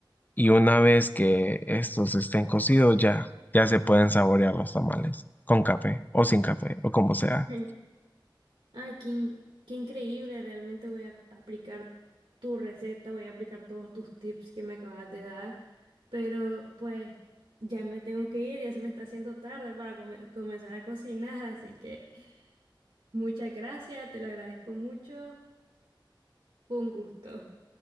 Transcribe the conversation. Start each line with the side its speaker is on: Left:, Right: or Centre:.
Left: Y una vez que estos estén cocidos, ya, ya se pueden saborear los tamales, con café o sin café o como sea.
Right: <laughs> Ay, qué, in- qué increíble, realmente voy a aplicar tu receta, voy a aplicar todos tus tips que me acabas de dar, pero pues ya me tengo que ir, ya se me está haciendo tarde para come- comenzar a cocinar, así que muchas gracias, te lo agradezco mucho, fue un gusto.